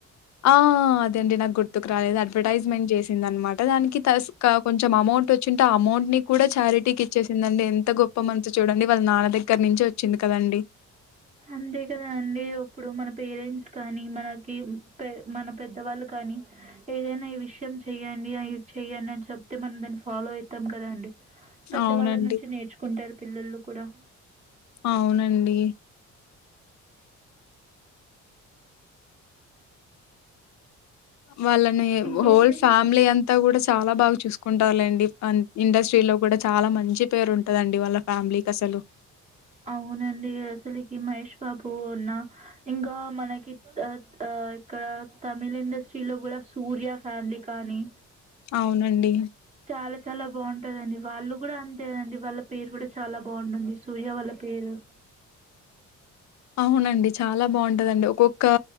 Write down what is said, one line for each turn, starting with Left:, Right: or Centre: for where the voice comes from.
Left: ఆ అదేండి నాక్ గుర్తుకు రాలేదు అడ్వర్టైజ్మెంట్ చేసిందన్మాటా దానికి తస్కా కొంచెం అమౌంట్ ఓచ్చింటే అమౌంట్ ని కూడా ఛారిటీకి ఇచ్చేసిందండి ఎంత గొప్ గొప్ప మనసు చూడండి వాళ్ళ నాన్న దగ్గర నుంచే ఓచ్చింది కదండి
Right: అంతే కదా అండి ఇప్పుడు మన పేరెంట్స్ కానీ మనకి పె మనం పెద్దవాళ్లు కానీ ఏదైనా ఈ విషయం చెయ్యండి అ ఇ చెయ్యండి అని చెప్తే మనం దాన్ని ఫాలో అయితం కదండి పెద్దవాళ్ళ
Left: అవునండి
Right: నుంచి నేర్చుకుంటారు పిల్లల్లు కూడా
Left: అవునండి వాళ్ళని
Right: ఇంకేంటండి
Left: హోల్ ఫ్యామిలీ అంత్ అంతా కూడా చాలా బాగా చూసుకుంటారులెండి ఇండస్ట్రీలో కూడా చాలా మంచి పేరుం టదండి వాళ్ళ ఫ్యామిలీకసలు
Right: అవునండి అసలికి మహేష్ బాబు ఉన్న ఇంగ మనకి ఆ త త్ త తమిళ ఇండస్ట్రీలో గుడా సూర్య ఫ్యామిలీ కానీ
Left: అవునండి
Right: చాలా చాలా బాగుంటదండి వాళ్ళు గూడా అంతేనండి వాళ్ళ పేరు గూడా చాలా బాగుంటుంది సూర్య వాళ్ళ పేరు
Left: అవునండి చాలా బాగుంటదండి ఒక్కొక్క కా